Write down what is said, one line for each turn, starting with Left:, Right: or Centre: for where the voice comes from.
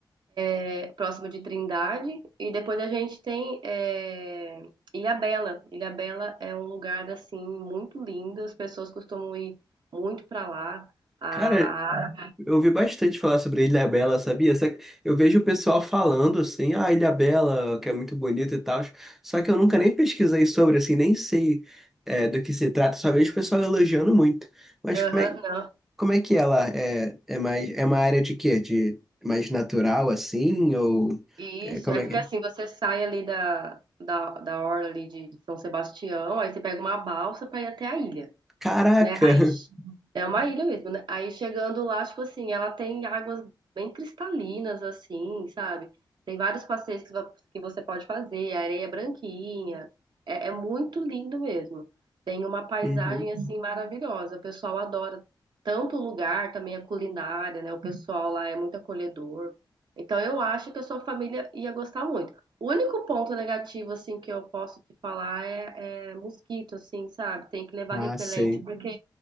Right: é próximo de Trindade, e depois a gente tem é, Ilhabela. Ilhabela é um lugar assim muito lindo, as pessoas costumam ir muito para lá. A,
Centre: Cara, Eu ouvi bastante falar sobre Ilhabela, sabia? Só que Eu vejo o pessoal falando assim, ah, Ilhabela, que é muito bonito e tal. Só que eu nunca nem pesquisei sobre, assim, nem sei é, do que se trata. Só vejo o pessoal elogiando muito. Mas
Right: Aham,
Centre: como é,
Right: não.
Centre: como é que ela é, é mais, é uma área de quê? De mais natural, assim? Ou
Right: Isso,
Centre: é, como
Right: é
Centre: é
Right: porque
Centre: que é?
Right: assim, você sai ali da, da, da orla ali de, de São Sebastião, aí você pega uma balsa para ir até a ilha.
Centre: Caraca!
Right: né? Aí che-
Centre: <laughs>
Right: é uma ilha mesmo, né? Aí chegando lá, tipo assim, ela tem águas bem cristalinas, assim, sabe? Tem vários passeios que vo- que você pode fazer, a areia é branquinha. É, é muito lindo mesmo. Tem uma paisagem
Centre: Uhum.
Right: assim maravilhosa. O pessoal adora tanto o lugar, também a culinária, né? O pessoal lá é muito acolhedor. Então eu acho que a sua família ia gostar muito. O único ponto negativo assim que eu posso te falar é, é é, mosquito, assim, sabe? Tem que levar
Centre: Ah,
Right: repelente,
Centre: sei.
Right: porque